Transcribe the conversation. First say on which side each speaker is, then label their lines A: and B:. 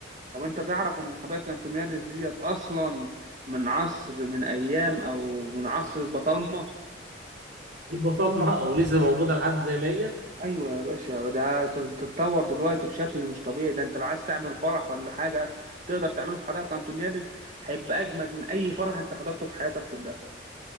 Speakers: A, on the right; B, on the right.
A: طب أنت تعرف إن حدائق أنطونيادس ديت أصلا من عصر من أيام أو من عصر البطالمة؟
B: البطالمه او لسه <laughs> موجوده لحد زي ما هي
A: أيوة يا باشا ده تتطور دلوقتي بشكل مش طبيعي ده أنت لو عايز تعمل فرح ولا حاجة تقدر تعمله في حدائق أنطونيادس هيبقى أجمد من أي فرح أنت حضرته في حياتك كلها.